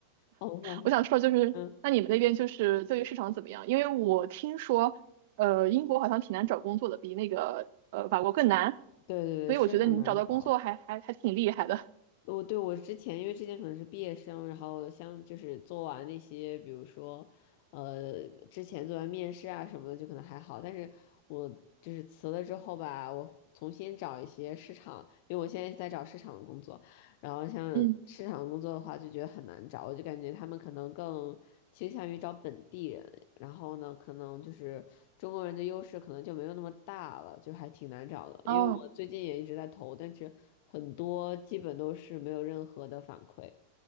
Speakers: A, on the left; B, on the right.
A: 哦，我想说，
B: 我想说就是，
A: 嗯，
B: 那你们那边就是就业市场怎么样？因为我听说，呃，英国好像挺难找工作的，比那个呃法国更难，
A: 对对对，
B: 所以我觉得你们找到工作还还还挺厉害的。
A: 是很难找。我对我之前，因为之前可能是毕业生，然后像就是做完那些，比如说，呃，之前做完面试啊什么的，就可能还好。但是我就是辞了之后吧，我重新找一些市场，因为我现在在找市场的工作。然后像市场工作的话，
B: 嗯，
A: 就觉得很难找，我就感觉他们可能更倾向于找本地人，然后呢，可能就是中国人的优势可能就没有那么大了，就还挺难找的。
B: 哦，
A: 因为我最近也一直在投，但是很多基本都是没有任何的反馈。